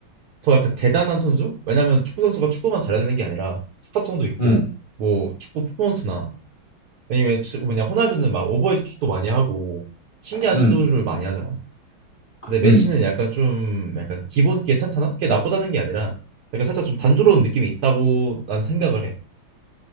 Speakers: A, on the right; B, on the left.
A: 더 약간 대단한 선수? 왜냐면 축구 선수가 축구만 잘해야 되는 게 아니라 스타성도 있고
B: 음.
A: 뭐 축구 퍼포먼스나 아니면 추- 뭐냐 호날두는 막 오버헤드킥도 많이 하고 신기한
B: 음,
A: 시도를 많이 하잖아. 근데 메시는
B: 음.
A: 약간 좀 약간 기본기에 탄탄한 게 나쁘다는 게 아니라 약간 살짝 좀 단조로운 느낌이 있다고 난 생각을 해.